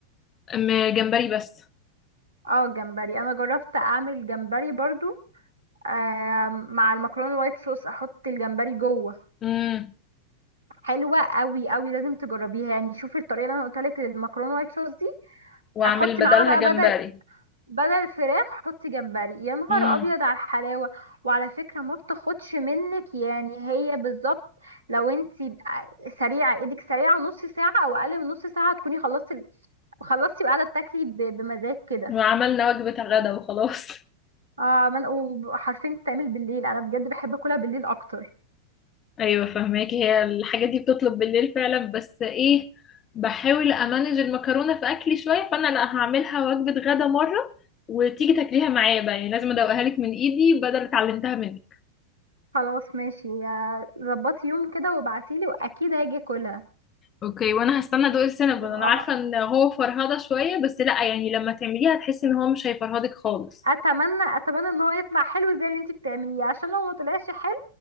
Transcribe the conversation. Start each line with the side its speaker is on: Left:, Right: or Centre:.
Left: أم جمبري بس
Right: اه جمبري انا جربت اعمل جمبري برضو آه مع المكرونه الوايت صوص احط الجمبري جوه
Left: امم
Right: حلوه قوي قوي لازم تجربيها يعني شوفي الطريقه اللي انا قلت لك للمكرونه الوايت صوص دي
Left: واعمل
Right: احط
Left: بدلها
Right: معاها بقى
Left: جمبري
Right: بدل بدل الفراخ حطي جمبري يا نهار
Left: امم
Right: ابيض على الحلاوه وعلى فكره ما بتاخدش منك يعني هي بالظبط لو انتي سريعه ايدك سريعه نص ساعه او اقل من نص ساعه تكوني خلصتي خلصتي وقاعده بتاكلي ب- بمزاج كده
Left: وعملنا وجبة غدا وخلاص
Right: اه من وحرفيا بتتعمل بالليل انا بجد بحب اكلها بالليل اكتر
Left: ايوه فهماك هي الحاجات دي بتطلب بالليل فعلا بس ايه بحاول امانج المكرونه في اكلي شويه فانا لا هعملها وجبه غدا مره وتيجي تاكليها معايا بقى يعني لازم ادوقها لك من ايدي بدل اللي اتعلمتها منك
Right: خلاص ماشي يا- ظبطي يوم كده وابعتيلي واكيد هاجي اكلها
Left: اوكي وانا هستنى ادوق السينابون
Right: وأ-
Left: انا عارفه ان هو فرهده شويه بس لا يعني لما تعمليها هتحسي ان هو مش هيفرهدك خالص
Right: اتمنى اتمنى ان هو يطلع حلو زي اللي انتي بتعمليه عشان لو ما طلعش حلو